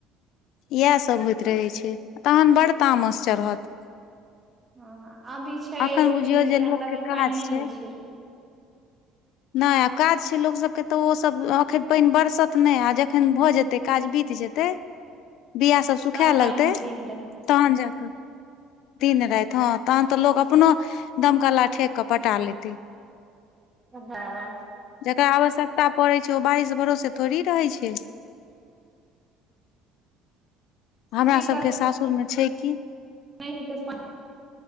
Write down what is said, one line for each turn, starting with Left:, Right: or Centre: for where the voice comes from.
Left: इएह सभ होइत रहै छै, तहन बड तामस चढ़त।
Right: हाॅं अभी छै,
Left: अखन
Right: रोपनी
Left: बुझियौ
Right: के
Left: जे
Right: टाइम
Left: लोकके
Right: तऽ अभी
Left: काज
Right: पइन नहि होइ छै।
Left: <inaudible> नहि आ काज छै, लोक सब के तऽ ओ सब अखन पइन बरसत नहि आ जखन भए जेतै काज बीत जेतै- तै बिया सब- सुखाए
Right: तब
Left: लगतै
Right: पानि दिन
Left: तहन जाके, दिन राइत हं तहन तऽ लोग अप- अपनो दमकला ठेक कऽ पटा लेते।
Right: सभ भाय-
Left: जकरा आवश्यकता पड़ै छै, ओ बारिश भरोसे थोड़ी रहै छै। हमरा
Right: की
Left: सबके
Right: करतै
Left: सासुरमे छै कि
Right: नहि हेतै पाइन